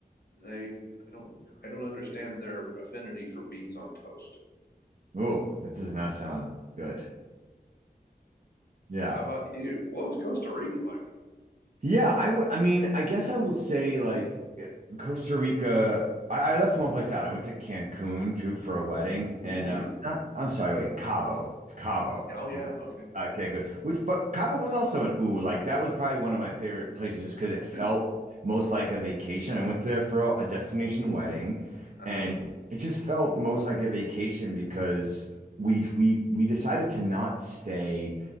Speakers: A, on the left; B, on the right.
A: They, I don't, I don't understand their affinity for beans on toast.
B: Oh, that does not sound good. Yeah.
A: How about you? What was Costa Rica like?
B: Yeah, I would I mean, I guess I will say like eh, Costa Rica. I, I left one place out. I went to Cancun too for a wedding
A: Ooh.
B: and uh, not I'm sorry, wait, Cabo. It's Cabo.
A: Oh yeah. Okay.
B: Okay, good. Which, but Cabo was also an ooh. Like that was probably one of my favorite places, just because it felt
A: <laughs>
B: most like a vacation. I went there for a destination wedding,
A: Uh-huh.
B: and it just felt most like a vacation because we we we decided to not stay